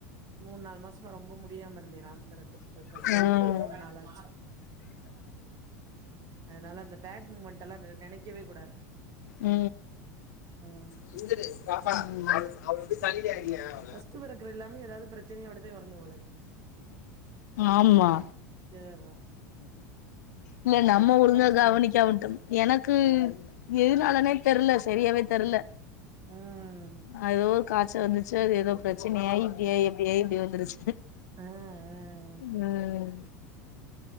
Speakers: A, on the right; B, on the left.
A: மூன்நால் மாசமா ரொம்ப முடியாம இருந்தேராம் பெரன்டு படுக்க சரியாவே
B: ம் ம்
A: ரொம்ப நாள் ஆச்சு அதனால அந்த பேட் மூமெண்ட்டெல்லா நெனைக்கவே கூடாது
B: ம்
A: ம்
B: ம்
A: ஃபஸ்ட்டு பெறக்குற எல்லாமே எதாவ்து பிரச்சனையோடத்தே வருங்க போலரு
B: ஆமா
A: ஏ வ
B: இல்ல நம்ம
A: எதுக்கு
B: ஒழுங்கா
A: காச்சல்
B: கவனிக்காம
A: வந்துச்சு
B: விட்டமா எனக்கு எதுனாலனே தெர்ல செரியாவே தெர்ல
A: ம்
B: அதுஎதோ காச்ச வந்துச்சு அது எதோ ப்ரச்சனயாயி இப்டியாயி எப்டியாயி எப்டியோ வந்துருச்சு
A: ஆ ஆ
B: ம்